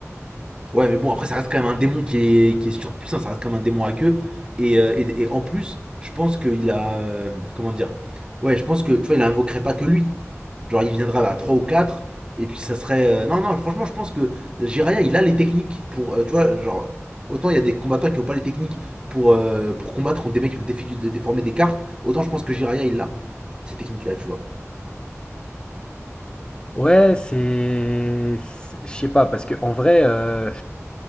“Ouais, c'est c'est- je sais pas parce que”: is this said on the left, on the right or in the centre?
Left